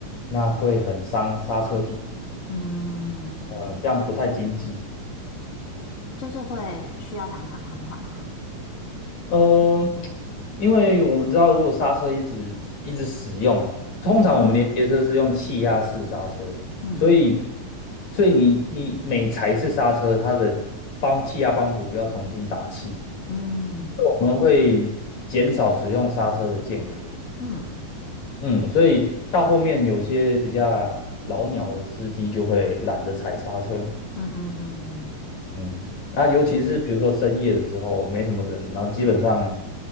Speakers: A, on the left (about 50°); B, on the left (about 25°).
A: 那会很伤刹车皮，
B: 嗯，
A: 呃，这样不太经济。
B: 就是会需要常常更换吗？
A: 嗯、因为我们知道，如果刹车一直一直使用，通常我们连接车是用气压式刹车，
B: 嗯嗯
A: 所以所以你你每踩一次刹车，它的帮气压帮补就要重新打气。
B: 嗯
A: 我们会减少使用刹车的间隔，
B: 嗯。
A: 嗯，所以到后面有些比较老鸟的司机就会懒得踩刹车，
B: 嗯嗯嗯
A: 嗯，那尤其是比如说深夜的时候没什么人，然后基本上